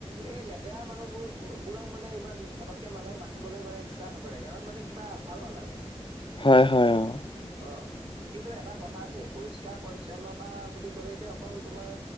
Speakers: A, on the right; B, on the left.
A: এই লেতেৰা মানুহবোৰ বোৰক মানে ইমান ফটককে মানুহে মাতিবলৈ মানে ইচ্ছা নকৰে কাৰণ মানে কিবা ভাল নালাগে।
B: হয়, হয় অ'।
A: অ' কিন্তু এটা কথা আকৌ পৰিষ্কাৰ পৰিচ্ছন্নতা বুলি কলে যে অকল তোমাৰ